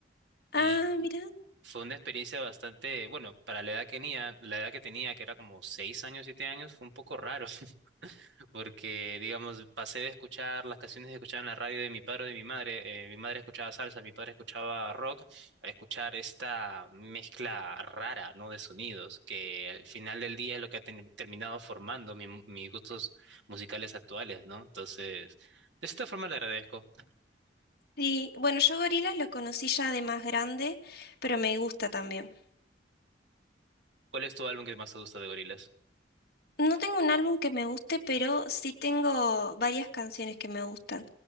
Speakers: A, on the right; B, on the left.
A: Y
B: Ah, mira.
A: fue una experiencia bastante, bueno, para la edad que tenía, la edad que tenía, que era como seis años, siete años, fue un poco raro, <laughs> porque, digamos, pasé de escuchar las canciones que escuchaba en la radio de mi padre o de mi madre, eh, mi madre escuchaba salsa, mi padre escuchaba rock, a escuchar esta mezcla rara, ¿no? De sonidos, que al final del día es lo que ha ten- terminado formando mi- mis gustos musicales actuales, ¿no? Entonces, de cierta forma le agradezco.
B: Sí, bueno, yo Gorillaz lo conocí ya de más grande, pero me gusta también.
A: ¿Cuál es tu álbum que más te gusta de Gorillaz?
B: No tengo un álbum que me guste, pero sí tengo varias canciones que me gustan.